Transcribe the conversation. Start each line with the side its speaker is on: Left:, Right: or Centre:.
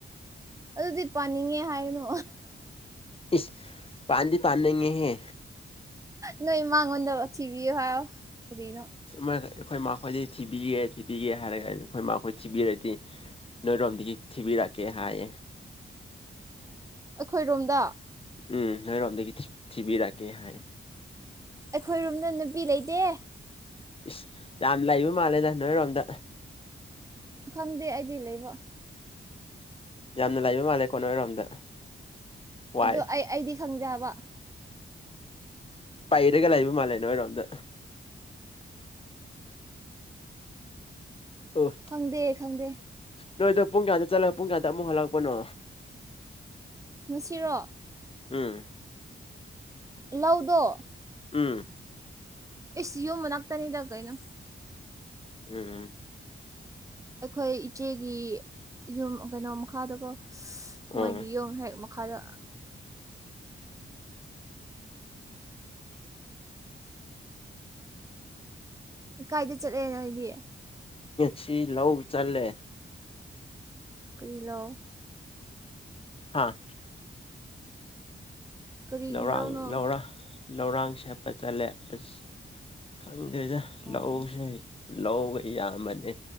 Right: ꯑꯗꯨꯗꯤ ꯄꯥꯅꯤꯡꯉꯦ ꯍꯥꯏꯒꯅꯣ
Left: ꯏꯁ ꯄꯥꯟꯗꯤ ꯄꯥꯟꯅꯤꯡꯉꯦꯍꯦ
Right: ꯅꯣꯏ ꯃꯉꯣꯟꯗ ꯊꯤꯕꯤꯌꯨ ꯍꯥꯏꯌꯣ ꯀꯔꯤꯅꯣ
Left: ꯁꯨꯃꯥꯢꯈ ꯑꯩꯈꯣꯏ ꯃꯈꯣꯏꯗꯤ ꯊꯤꯕꯤꯒꯦ ꯊꯤꯕꯤꯒꯦ ꯍꯥꯏꯔꯒ ꯑꯩꯈꯣꯏ ꯃꯍꯣꯏ ꯊꯤꯕꯤꯔꯗꯤ ꯅꯣꯏꯔꯣꯝꯗꯒꯤ ꯊꯤꯕꯤꯔꯛꯀꯦ ꯍꯥꯏꯌꯦ
Right: ꯑꯩꯈꯣꯏꯔꯣꯝꯗ
Left: ꯎꯝ ꯅꯣꯏꯔꯣꯝꯗꯒꯤ ꯊꯤꯕꯤꯔꯛꯀꯦ ꯍꯥꯏꯌ
Right: ꯑꯩꯈꯣꯏꯔꯣꯝꯗ ꯅꯨꯄꯤ ꯂꯩꯇꯦ
Left: ꯏꯁ ꯌꯥꯝ ꯂꯩꯕ ꯃꯥꯜꯂꯦꯗ ꯅꯣꯏꯔꯣꯝꯗ
Right: ꯈꯪꯗꯦ ꯑꯩꯗꯤ ꯂꯩꯕ
Left: ꯌꯥꯝꯅ ꯂꯩꯕ ꯃꯥꯜꯂꯦꯀꯣ ꯅꯣꯏꯔꯣꯝꯗ ꯋꯥꯏ
Right: ꯑꯣ ꯑꯩ ꯑꯩꯗꯤ ꯈꯪꯗꯕ
Left: ꯄꯩꯔꯒ ꯂꯩꯕ ꯃꯥꯜꯂꯦ ꯅꯣꯏꯔꯣꯝꯗ <unintelligible>
Right: ꯈꯪꯗ ꯈꯪꯗ
Left: ꯅꯣꯏꯗꯣ ꯄꯨꯡ ꯀꯌꯥꯗ ꯆꯠꯂꯒ ꯄꯨꯡꯌꯥꯗ ꯑꯃꯨꯛ ꯍꯜꯂꯛꯄꯅꯣ
Right: ꯅꯨꯡꯁꯤꯔꯣ
Left: ꯎꯝ
Right: ꯂꯧꯗꯣ
Left: ꯎꯝ
Right: ꯑꯦꯁꯤꯌꯣ ꯃꯅꯥꯛꯛꯇꯅꯤꯗꯒꯩꯅ
Left: ꯎꯝ ꯎꯝ
Right: ꯑꯩꯈꯣꯏ ꯏꯆꯦꯒꯤ ꯌꯨꯝ ꯀꯩꯅꯣ ꯃꯈꯥꯗꯀꯣ
Left: ꯑꯣ
Right: ꯃꯣꯏꯒꯤ ꯌꯨꯝ ꯍꯦꯛ ꯈꯂ ꯀꯥꯏꯗ ꯆꯠꯂꯦꯅꯣ ꯍꯥꯏꯗꯤ
Left: ꯁꯤ ꯂꯧꯕ ꯆꯜꯂꯦ
Right: ꯀꯔꯤꯂꯣ
Left: ꯍꯥꯥ
Right: ꯀꯔꯤꯒꯤ
Left: ꯂꯧꯔꯥꯡ
Right: ꯂꯧꯅꯣ
Left: ꯂꯧꯔ ꯂꯧꯔꯥꯡ ꯁꯦꯠꯄ ꯆꯠꯂꯦ ꯑꯁ ꯈꯪꯗꯣꯏꯗ
Right: ꯑꯣ
Left: ꯂꯧꯁ ꯂꯧꯕ ꯌꯥꯝꯕꯅꯦ